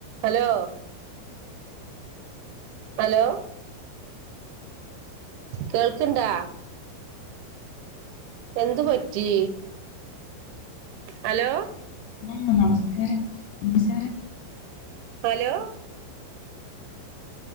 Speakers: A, on the right; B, on the left.
A: Hello hello കേൾക്കണ്ടാ എന്ത് പറ്റി ഹലോ
B: ആ നമസ്കാരം നമസ്കാരം
A: ഹലോ